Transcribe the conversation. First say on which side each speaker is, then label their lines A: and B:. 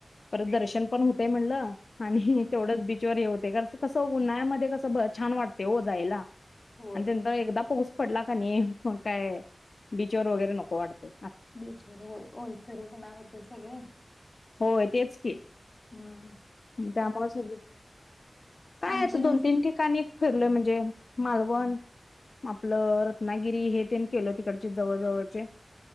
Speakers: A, on the left; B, on the left.
A: परत दर्शन पण होतय म्हणलं आणि
B: हम्म
A: तेवढंच बीच कन्हा्या क छान वाट जा
B: होय
A: <unintelligible> एकदा पाऊस पडला कनी मग काय बीचवर वगैरे नको वाटतय.
B: बीचवर हो. ओलसरपणा होते सगळ.
A: होय तेच की
B: हम्म.
A: त्यामुळे सगळी. काय
B: आणखीन
A: आता दोन तीन ठिकाणी. फरलं म्हणजे मालवण आपलं रत्नागिरी हे तेन केलं तिकडचे जवळजवळचे.